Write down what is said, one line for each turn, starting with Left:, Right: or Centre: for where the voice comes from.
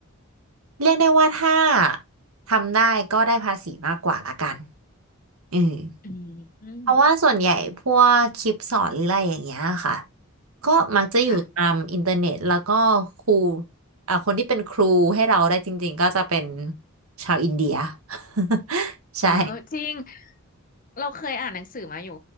Right: เรียกได้ว่าถ้าทำได้ก็ได้ภาษีมากกว่าละกันอืม
Left: อืมอืม
Right: เพราะว่าส่วนใหญ่พวกคลิปสอนหรืออะไรอย่างเงี้ยค่ะก็มักจะอยู่ตามอินเทอร์เน็ตแล้วก็ครู
Left: ค่ะ
Right: อ่าคนที่เป็นครูให้เราได้จริงๆก็จะเป็นชาวอินเดีย <laughs> ใช่
Left: เออจริงเราเคยอ่านหนังสือมาอยู่